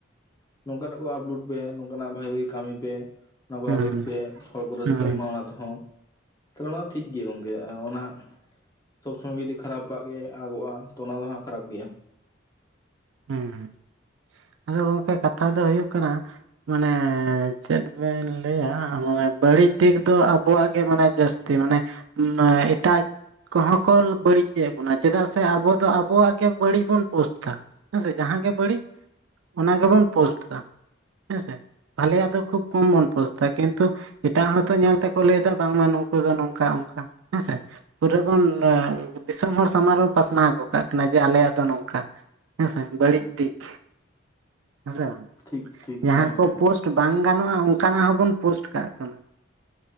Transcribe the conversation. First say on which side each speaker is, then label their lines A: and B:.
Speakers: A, on the left; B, on the right.
A: ᱱᱚᱝᱠᱟᱱᱟᱜ ᱠᱚ ᱟᱯᱞᱳᱰ ᱯᱮ ᱱᱚᱝᱠᱟᱱᱟᱜ ᱵᱷᱟᱜᱤ ᱵᱷᱟᱜᱤ ᱠᱟᱹᱢᱤ ᱯᱮ ᱚᱱᱟ ᱠᱚ
B: ᱦᱩᱸ
A: ᱟᱯᱞᱳᱰ
B: ᱦᱩᱸ
A: ᱯᱮ ᱾ ᱠᱚ ᱨᱟᱹᱥᱠᱟᱹᱜ
B: ᱦᱩᱸ
A: ᱢᱟ ᱚᱱᱟ ᱛᱮᱦᱚᱸ ᱛᱟᱞᱦᱮ ᱚᱱᱟ ᱴᱷᱤᱠ ᱜᱮᱭᱟ ᱜᱚᱝᱠᱮ ᱟᱨ ᱚᱱᱟ ᱥᱚᱵᱽ ᱥᱳᱢᱳᱭ ᱜᱮ ᱡᱩᱫᱤ ᱠᱷᱟᱯᱟᱜ ᱜᱮ ᱟᱜᱚᱜᱟ, ᱛᱚ ᱚᱱᱟ ᱫᱚ ᱦᱟᱸᱜ ᱠᱷᱟᱨᱟᱯ ᱜᱮᱭᱟ ᱾
B: ᱦᱮᱸ ᱦᱮᱸ ᱟᱫᱚ ᱜᱚᱝᱠᱮ ᱠᱟᱛᱷᱟ ᱫᱚ ᱦᱳᱭᱳᱜ ᱠᱟᱱᱟ ᱢᱟᱱᱮ ᱪᱮᱫ ᱵᱮᱱ ᱞᱟᱹᱭᱟ ᱢᱟᱱᱮ ᱵᱟᱹᱲᱤᱡ ᱫᱤᱠ ᱫᱚ ᱟᱵᱚᱣᱟᱜ ᱜᱮ ᱢᱟᱱᱮ ᱡᱟᱹᱥ ᱛᱤ ᱢᱟᱱᱮ ᱩᱸ ᱮᱴᱟᱜ ᱠᱚᱦᱚᱸ ᱠᱚ ᱵᱟᱹᱲᱤᱡ ᱮᱸᱜ ᱵᱚᱱᱟ, ᱪᱮᱫᱟᱜ ᱥᱮ ᱟᱵᱚ ᱫᱚ ᱟᱵᱚᱣᱟᱜ ᱜᱮ ᱵᱟᱹᱲᱤᱡ ᱵᱚᱱ ᱯᱳᱥᱴ ᱫᱟ᱾ ᱦᱮᱸᱥᱮ ᱡᱟᱦᱟᱸ ᱜᱮ ᱵᱟᱹᱲᱤᱡ ᱚᱱᱟ ᱜᱮᱵᱚᱱ ᱯᱳᱥᱴ ᱫᱟ ᱦᱮᱸᱥᱮ᱾ ᱵᱷᱟᱞᱮᱭᱟᱜ ᱫᱚ ᱠᱷᱩᱵ ᱠᱚᱢ ᱵᱚᱱ ᱯᱳᱥᱴ ᱫᱟ ᱠᱤᱱᱛᱩ ᱮᱴᱟᱜ ᱦᱚᱲᱛᱚ ᱧᱮᱞ ᱛᱮᱠᱚ ᱞᱟᱹᱭᱫᱟ ᱵᱟᱝᱢᱟ ᱱᱩᱠᱩ ᱫᱚ ᱱᱚᱝᱠᱟ ᱚᱝᱠᱟ ᱦᱮᱸᱥᱮ᱾ ᱯᱩᱨᱟᱹ ᱵᱚᱱ ᱫᱤᱥᱚᱢ ᱦᱚᱲ ᱥᱟᱢᱟᱝ ᱨᱮ ᱵᱚᱱ ᱯᱟᱥᱱᱟᱣ ᱜᱚᱜ ᱠᱟᱜ ᱠᱟᱱᱟ ᱡᱮ ᱟᱞᱮᱭᱟᱜ ᱫᱚ ᱱᱚᱝᱠᱟ᱾ ᱦᱮᱸᱥᱮ ᱵᱟᱹᱲᱤᱡ ᱫᱤᱠ ᱦᱮᱸᱥᱮ ᱵᱟᱝ
A: ᱴᱷᱤᱠ ᱴᱷᱤᱠ
B: ᱡᱟᱦᱟᱸ
A: ᱦᱮᱸ
B: ᱠᱚ
A: ᱦᱮᱸ
B: ᱯᱳᱥᱴ ᱵᱟᱝ ᱜᱟᱱᱚᱜ-ᱟ ᱚᱝᱠᱟᱱᱟᱜ ᱦᱚᱸᱵᱚᱱ ᱯᱳᱥᱴ ᱠᱟᱜ ᱠᱟᱱᱟ,